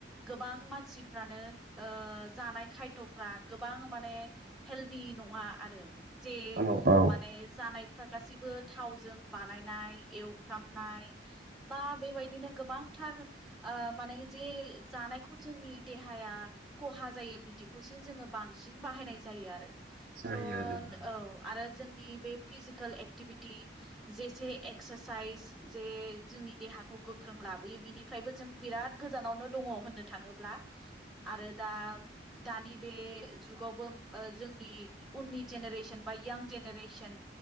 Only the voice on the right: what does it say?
औ औ औ
सारि
आरो ओं।